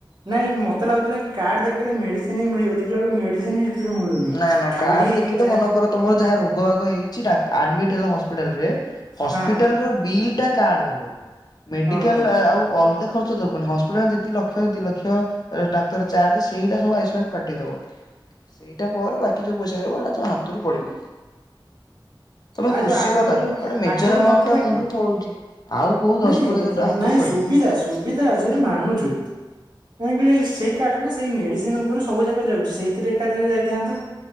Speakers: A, on the right (about 60°); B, on the left (about 50°).
A: ନାଇଁ ମତେ ଲାଗୁଥିଲା କି, କାର୍ଡ ଦେଖେଇଲେ ମେଡିସିନ୍ ହି ମିଳିବ। ଦେଖିଲା ବେଳକୁ ମେଡିସିନି ଗୁରୁ ମିଳୁନି,
B: ନା ନା
A: ଖାଲି
B: କାର୍ଡ ଦେଖିଲେ
A: ଯାହା
B: ମନେକର ତମର ଯାହା ରୋଗ ବାଗ ହେଉଛି, ଡ଼ା ଆଡମିଡ୍ ହେଲ ହସ୍ପିଟାଲରେ ହସ୍ପିଟାଲ
A: ହଁ
B: ର ବିଲ୍ ଟା କାର୍ଡ ଦବ। ମେଡିକାଲ୍
A: ଓହୋ
B: ଆଉ ଅଲଗା ଖର୍ ର୍ଚ ଦବନି। ହସ୍ପିଟାଲ୍ ଯେତେ ଲକ୍ଷ, ଦି ଲକ୍ଷ, ଡାକ୍ତର ଚାର୍ଜ ସେଇଟା ସବୁ ଆୟୁଷ୍ମାନ କାଟିଦବ। ଏଇଟା ପରେ ବାକି ଯଉ ପଇସା ରହିବ, ହେଇଟା ତମ ହାତରୁ ପଡ଼ିବ। ତମେ
A: ଆଉ
B: ଖୁସି
A: ଯୋଉ ଆଗରୁ
B: ହବା କଥା।
A: ଯୋଉ ଥି-
B: ଗୋଟେ ମେଜର
A: ଆଗରୁ
B: ଏମାଉଣ୍ଟ
A: ନଥିଲା
B: ଟା ମୁଣ୍ଡରୁ
A: କି?
B: ପଳଉଛି। ଆଉ କୋଉ
A: ନାଇଁ
B: ଦଶ କୋଡିଏ ଟଙ୍କା ହାତରୁ
A: ନାଇଁ,
B: ପଡିବ।
A: ସୁବିଧା ସୁବିଧା ଅଛି ମାନୁଛୁ। କାଇଁ କହିଲ, ଏ ସେଇ କାଡ ନା, ସେଇ ମେଡିସିନ୍ ଉପରେ ସବୁ ଜାଗ ଯାଉଛି। ସେଇଥିରେ ଏକାଥରେ ଯାଇଥାନ୍ତା।